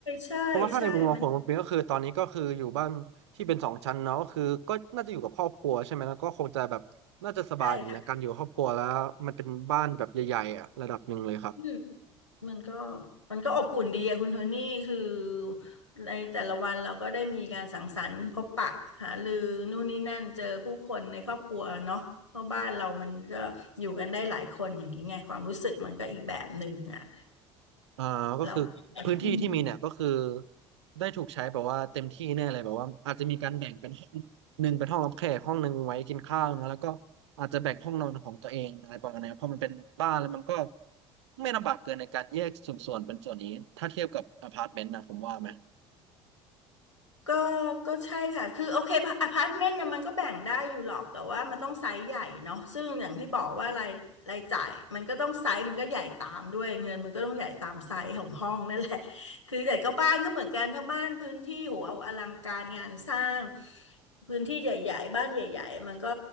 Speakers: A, on the left; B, on the right.
A: ใช่ใช่มัน
B: เพราะว่าถ้าในมุมมองของคุณปิงก็คือตอนนี้ก็คืออยู่บ้านที่เป็นสองชั้นเนาะก็คือก็น่าจะอยู่กับครอบครัวใช่ไหมแล้วก็คงจะแบบน่าจะสบายดีนะการอยู่กับครอบครัวแล้วมันเป็นบ้านแบบใหญ่ๆอะระดับหนึ่งเลยครับ
A: ใช่ค่ะอืมมันก็มันก็อบอุ่นดีอะคุณโทนี่คือในแต่ละวันเราก็ได้มีการสังสรรค์พบปะหารือนู่นนี่นั่นเจอผู้คนในครอบครัวเนาะเพราะบ้านเรามันก็อยู่กันได้หลายคนอย่างนี้ไงความรู้สึกมันก็อีกแบบหนึ่งอะ
B: อ่าก็คือพื้นที่ที่มีเนี่ยก็คือ
A: เราอืม
B: ได้ถูกใช้แบบว่าเต็มที่แน่เลยแบบว่าอาจจะมีการแบ่งเป็นห้องหนึ่งเป็นห้องรับแขกห้องหนึ่งไว้กินข้าวนะแล้วก็อาจจะแบ่งห้องนอนของตัวเองอะไรประมาณนี้เพราะมันเป็นบ้านแล้วมันก็ไม่ลำบากเกินในการแยกส่วนๆเป็นส่วนนี้ถ้าเทียบกับอพาร์ตเมนต์นะผมว่าไหม
A: ก็ก็ใช่ค่ะ คือโอเคอพาร์ตเมนต์นะมันก็แบ่งได้อยู่หรอกแต่ว่ามันต้องไซส์ใหญ่เนาะซึ่งอย่างที่บอกว่ารายรายจ่ายมันก็ต้องไซส์มันก็ใหญ่ตามด้วยเงินมันก็ต้องใหญ่ตามไซส์ของห้องนั่นแหละคือแต่ก็บ้านก็เหมือนกันถ้าบ้านพื้นที่โหเอาอลังการงานสร้างพื้นที่ใหญ่ๆบ้านใหญ่ๆมันก็